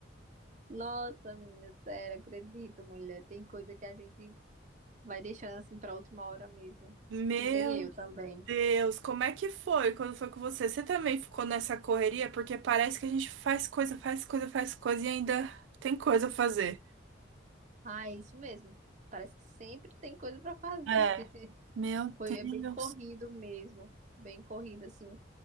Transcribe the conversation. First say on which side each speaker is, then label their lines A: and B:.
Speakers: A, on the right; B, on the right.
A: Nossa, menina, sério, acredito, mulher. Tem coisa que a gente vai deixando assim pra última hora mesmo.
B: Meu
A: Que nem eu também.
B: Deus, como é que foi quando foi com você? Você também ficou nessa correria? Porque parece que a gente faz coisa, faz coisa, faz coisa e ainda tem coisa a fazer.
A: Ah, é isso mesmo. Parece que sempre tem coisa pra fazer.
B: É,
A: <laughs>
B: meu
A: Foi é bem
B: Deus.
A: corrido mesmo. Bem corrido, assim.